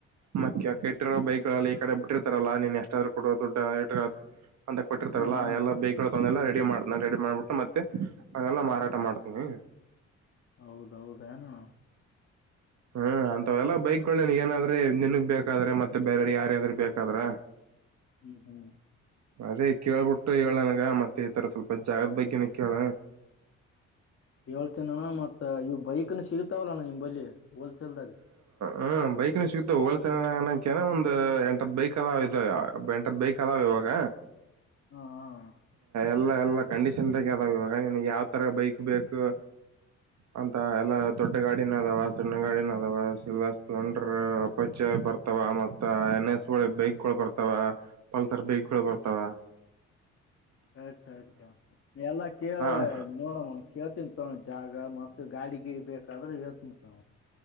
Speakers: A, on the right; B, on the left.
A: ಮ ಕೆಟ್ಟಿರೋ ಬೈಕ್. ಈ ಕಡೆ ಬಿಟ್ಟಿರ್ತಾರಲ್ಲಾ ನೀನ್ ಎಷ್ಟಾದ್ೂ ಕೊಡ ದುಡ್ಡ ಇಟ್ಕ. ಅಂತ ಕೊಟ್ಟಿತಾರಲ್ಲ
B: ಹಾ ಹಾ
A: ಎಲ್ಲ ಬೇಕೆಲ್ಲ ರೆಡಿ ಮಾಡ್ತನ ರೆಡಿ ಮಾಡ್ಬಿಟ್ಟು ಮತ್ತೆ ಅದೆಲ್ಲ ಮಾರಾಟ ಮಾಡ್ತನಿ.
B: ಹೌದೌದ ಎನ.
A: ಹ್ಮ್ ಅಂತವೆಲ್ಲ ಬೈಕ್ಗಳೇ ಏನಾದ್ರೆ ನಿನ್ಗ್ ಬೇಕಾದ್ರೆ ಮತ್ತೆ ಬೇರೆ್ರ ಯಾರ್ಯಾದ್ರರು ಬೇಕಾದ್ರ.
B: ಹ್ಮ ಹ್ಮ್
A: ಅದೇ ಕೇಳ್ಬಿಟ್ಟು ಹೇಳನಗ ಮತ್ತೆ ಈ ತರ ಸ್ವಲ್ಪ ಜಾಗದ ಬಗ್ಗೆನ ಕೇಳ.
B: ಹೇಳ್ತನಣ್ಣ ಮತ್ತ ಇವು ಬೈಕ್ನ ಸಿಗತಾವಲ್ಲ ಅಣ್ಣ ನಿಮಲ್ಲಿಿ ಹೋಲ್ಸೇಲ್ದಾಗ.
A: ಹ್ಮ ಬೈಕ್ ಸಿಗತ ಹೋಲ್ಸ ಅಕನ ಒಂದ್ ಎಂಟತ್ ಬೈಕ್ ಅದಾವ ಇದಾವ ಎಂಟತ್ ಬೈಕ್ ಅದಾವ. ಇವಾಗ
B: ಹಾ ಹ
A: ಎಲ್ಲ ಎಲ್ಲಾ ಕಂಡೀಷನ್ಾಗ ಅದಾವ ಇವಾಗ ನೀ ಯಾವ್ ತರ ಬೈಕ್ ಬೇಕು. ಅಂತ ಎಲ್ಲಾ ದೊಡ್ಡ ಗಾಡಿನ ಅದಾವ ಸಣ್ಣ ಗಾಡಿನ ಅದಾವಲ್ಲ ಸ್ಪ್ಲೆಂಡರ್ ಅಪಚ. ಬರ್ತಾವ ಮತ್ತ ಎನ್ ಎಸ್ ಒಳಿ ಬೈಕ್ ಗಳು ಬರ್ತಾವ ಪಲ್ಸರ್ ಬೈಕ್ ಗಳು ಬರ್ತಾವ.
B: ಸರಿಸ ಅರಿತಾ ಎಲ್ಲಾ ಕೇಳಿದೆ
A: ಹ
B: ನೋಡವ. ಹೇಳ್ತನ್ ತ ಜಾಗ ಮತ್ತತ ಗಾಡಿ ಗಿಡಿ ಬೇಕಾದ್ರೆ ಹೇಳ್ತನ್ ತ.